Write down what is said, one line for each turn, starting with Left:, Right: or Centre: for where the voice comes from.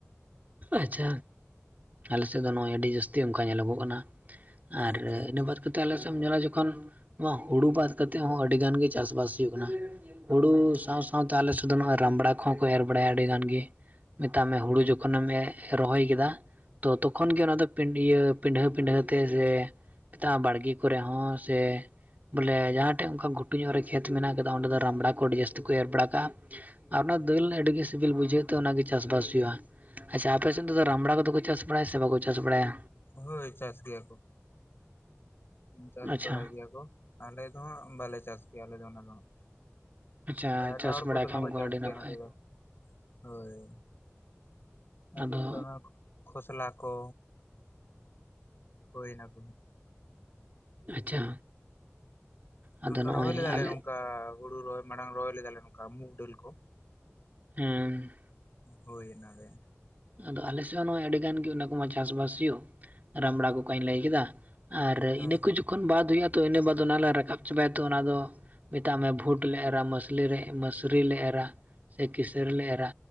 Right: ᱟᱪᱪᱷᱟ, ᱟᱞᱮ ᱥᱮᱫ ᱫᱚ ᱱᱚᱜᱼᱚᱭ ᱟᱹᱰᱤ ᱡᱟᱹᱥᱛᱤ ᱚᱱᱠᱟ ᱧᱮᱞᱚᱜᱚᱜ ᱠᱟᱱᱟ᱾
Left: ᱟᱪᱪᱷᱟ
Right: ᱟᱨ
Left: ᱟᱪᱪᱷᱟ
Right: ᱤᱱᱟᱹ ᱵᱟᱫᱽ ᱠᱟᱛᱮᱫ ᱟᱞᱮ ᱥᱮᱫ ᱮᱢ ᱧᱮᱞᱟ ᱡᱚᱠᱷᱚᱱ ᱱᱚᱣᱟ ᱦᱩᱲᱩ ᱵᱟᱫᱽ ᱠᱟᱛᱮᱫ ᱦᱚᱸ ᱟᱹᱰᱤ ᱜᱟᱱ ᱜᱮ ᱪᱟᱥ ᱵᱟᱥ ᱦᱩᱭᱩᱜ ᱠᱟᱱᱟ᱾ ᱦᱩᱲᱩ ᱥᱟᱶ ᱥᱟᱶᱛᱮ ᱟᱞᱮ ᱥᱮᱫ ᱫᱚ ᱱᱚᱜᱚᱭ ᱨᱟᱢᱵᱽᱲᱟ ᱠᱚᱦᱚᱸ ᱠᱚ ᱮᱨ ᱵᱟᱲᱟᱭᱟ ᱟᱹᱰᱤ ᱜᱟᱱ ᱜᱮ ᱢᱮᱛᱟᱜ ᱢᱮ ᱦᱩᱲᱩ <unintelligible> ᱠᱷᱚᱱᱮᱢ ᱨᱚᱦᱚᱭ ᱠᱮᱫᱟ ᱛᱚ ᱛᱚᱠᱷᱚᱱ ᱜᱮ ᱚᱱᱟ ᱫᱚ ᱯᱤᱰᱷᱟᱹ ᱯᱤᱰᱷᱟᱹ ᱯᱤᱰᱷᱟᱹ ᱛᱮ ᱥᱮ <unintelligible> ᱵᱟᱲᱜᱮ ᱠᱚᱨᱮ ᱦᱚᱸ ᱥᱮ ᱵᱚᱞᱮ ᱡᱟᱦᱟᱸ ᱴᱷᱮᱡ ᱚᱱᱠᱟ ᱜᱷᱩᱴᱩ ᱧᱚᱜ ᱨᱮ ᱠᱷᱮᱛ ᱢᱮᱱᱟᱜ ᱟᱠᱟᱫᱟ ᱚᱸᱰᱮ ᱫᱚ ᱨᱟᱢᱲᱟ ᱠᱚ ᱟᱹᱰᱤ ᱡᱟᱹᱥᱛᱤ ᱠᱚ ᱮᱨ ᱵᱟᱲᱟ ᱠᱟᱜᱼᱟ᱾ ᱟᱨ ᱚᱱᱟ ᱫᱟᱹᱞ ᱟᱹᱰᱤ ᱜᱮ ᱥᱤᱵᱤᱞ ᱵᱩᱡᱷᱟᱹᱜ ᱛᱮ ᱚᱱᱟ ᱜᱮ ᱪᱟᱥᱵᱟᱥ ᱦᱩᱭᱩᱜᱼᱟ᱾ ᱟᱪᱪᱷᱟ ᱟᱯᱮ ᱥᱮᱫ ᱫᱚ ᱨᱟᱢᱵᱽᱲᱟ ᱠᱚᱫᱚ ᱠᱚ ᱪᱟᱥ ᱵᱟᱲᱟᱭᱟ ᱥᱮ ᱵᱟᱠᱚ ᱪᱟᱥ ᱵᱟᱲᱟᱭᱟ?
Left: ᱦᱳᱭ ᱪᱟᱥ ᱜᱮᱭᱟ ᱠᱚ ᱪᱟᱥ
Right: ᱟᱪᱪᱷᱟ
Left: ᱵᱟᱲᱟᱭ ᱜᱮᱭᱟ ᱠᱚ᱾ ᱟᱞᱮ ᱫᱚ ᱦᱟᱸᱜ ᱵᱟᱞᱮ ᱪᱟᱥ ᱜᱮᱭᱟ ᱟᱞᱮ ᱫᱚ ᱚᱱᱟ ᱫᱚ ᱦᱟᱸᱜ᱾
Right: ᱟᱪᱪᱷᱟ
Left: ᱚᱱᱠᱟ ᱮᱴᱟᱜ
Right: ᱪᱟᱥ
Left: ᱦᱚᱲ
Right: ᱵᱟᱲᱟᱭ
Left: ᱠᱚ ᱫᱚᱢᱮ
Right: ᱠᱷᱟᱱ
Left: ᱠᱚ ᱪᱟᱥ
Right: ᱟᱹᱰᱤ
Left: ᱜᱮᱭᱟ
Right: ᱱᱟᱯᱟᱭ
Left: ᱱᱚᱛᱮ ᱫᱚ ᱦᱳᱭ
Right: ᱟᱫᱚ
Left: ᱱᱚᱝᱠᱟ ᱚᱱᱟ ᱠᱷᱚᱥᱞᱟ ᱠᱚ ᱦᱳᱭ ᱚᱱᱟ ᱠᱚ ᱦᱟᱜ
Right: ᱟᱪᱪᱷᱟ
Left: ᱱᱚᱝᱠᱟ
Right: ᱟᱫᱚ ᱱᱚᱜᱼᱚᱭ
Left: ᱨᱚᱦᱚᱭ ᱞᱮᱫᱟᱞᱮ
Right: ᱟᱞᱮ
Left: ᱱᱚᱝᱠᱟ ᱦᱩᱲᱩ ᱨᱚᱦᱚᱭ ᱢᱟᱲᱟᱝ ᱨᱚᱦᱚᱭ ᱞᱮᱫᱟᱞᱮ ᱱᱚᱝᱠᱟ ᱢᱩᱜᱽ ᱰᱟᱹᱞ ᱠᱚ
Right: ᱦᱮᱸ
Left: ᱦᱳᱭ ᱚᱱᱟ ᱨᱮ
Right: ᱟᱫᱚ ᱟᱞᱮ ᱥᱮᱫ ᱦᱚᱸ ᱱᱚᱜᱼᱚᱭ ᱟᱹᱰᱤ ᱜᱟᱱ ᱜᱮ ᱚᱱᱟ ᱠᱚᱢᱟ ᱪᱟᱥᱵᱟᱥ ᱦᱩᱭᱩᱜ ᱨᱟᱢᱲᱟ ᱠᱚ ᱠᱟᱹᱧ ᱞᱟᱹᱭ ᱠᱮᱫᱟ ᱟᱨ
Left: ᱦᱳᱭ
Right: ᱤᱱᱟᱹ ᱠᱚ ᱡᱚᱠᱷᱚᱱ ᱵᱟᱫ ᱦᱩᱭᱩᱜᱼᱟ ᱛᱚ ᱤᱱᱟᱹ ᱵᱟᱫᱽ ᱚᱱᱟᱞᱮ ᱨᱟᱠᱟᱵ ᱪᱟᱵᱟᱭᱟ ᱛᱚ ᱚᱱᱟᱫᱚ ᱢᱮᱛᱟᱜ ᱢᱮ ᱵᱷᱳᱴ ᱞᱮ ᱮᱨᱟ ᱢᱟᱥᱞᱤ ᱨᱮ ᱢᱟᱹᱥᱨᱤ ᱞᱮ ᱮᱨᱟ ᱥᱮ ᱠᱤᱥᱟᱹᱨ ᱞᱮ ᱮᱨᱟ